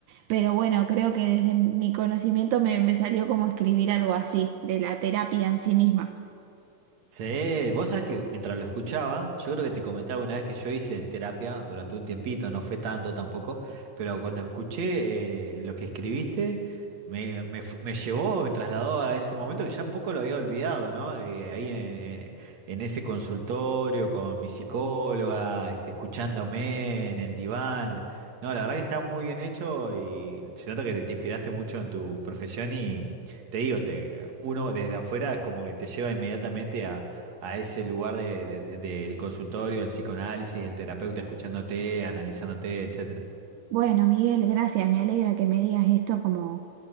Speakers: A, on the right; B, on the right.
A: pero bueno, creo que desde mi conocimiento me, me salió como escribir algo así, de la terapia en sí misma.
B: Sí, vos sabés que mientras lo escuchaba, yo creo que te comenté alguna vez que yo hice terapia durante un tiempito, no fue tanto tampoco, pero cuando escuché eh, lo que escribiste, me, me fu- me llevó, me trasladó a ese momento que ya un poco lo había olvidado, ¿no? Eh, ahí en, en- en ese consultorio con mi psicóloga, este, escuchándome en el diván. No, la verdad que está muy bien hecho y se nota que te te inspiraste mucho en tu profesión y... Te digo, te, uno desde afuera es como que te lleva inmediatamente a, a ese lugar de- de- de- del consultorio, del psicoanálisis, del terapeuta escuchándote, analizándote, etcétera.
A: Bueno, Miguel, gracias, me alegra que me digas esto como